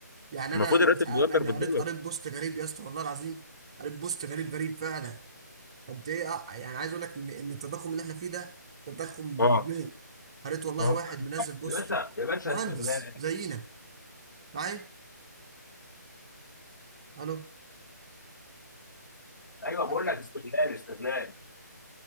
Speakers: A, on the right (about 20°); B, on the left (about 85°).
A: يعني
B: المفروض
A: انا انا
B: الراتب
A: سع-
B: بيقدر
A: انا
B: بالدولار
A: قريت قريت بوست غريب يا اسطى والله العظيم قريت بوست غريب غريب فعلا قد ايه اه، يعني عايز اقول لك ان ان التضخم اللي احنا فيه ده تضخم
B: اه
A: مجنون قريت والله
B: آه.
A: واحد منزل بوست
B: يا باشا يا باشا
A: مهندس
B: استغلال
A: زينا معايا الو
B: ايوه بقول
A: ألو؟
B: لك استغلال استغلال